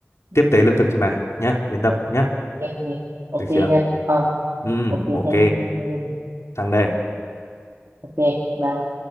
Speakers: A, on the left; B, on the right.
A: tiếp
B: Ừ,
A: tế lương thực cho bà nhá yên tâm nhá
B: ok. Ok
A: được
B: nha.
A: chưa ừ
B: ok
A: ok
B: thank you em
A: sang đây
B: ok bye